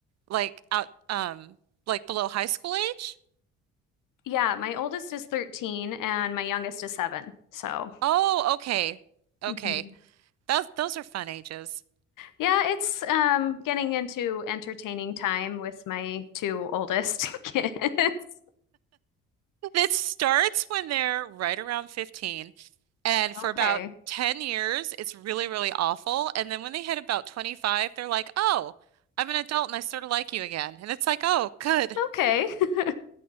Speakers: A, on the right (about 45°); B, on the left (about 55°).
A: like out um like below high school age?
B: Yeah, my oldest is 13 and my youngest is seven. So,
A: Oh, okay. Okay.
B: mhm.
A: Those those are fun ages.
B: Yeah, it's um getting into entertaining time with my two oldest <laughs> kids.
A: It starts when they're right around 15 and for
B: Okay.
A: about 10 years it's really, really awful. And then when they hit about 25, they're like, "Oh, I'm an adult and I sort of like you again." And it's like, "Oh, good."
B: Okay. <laughs>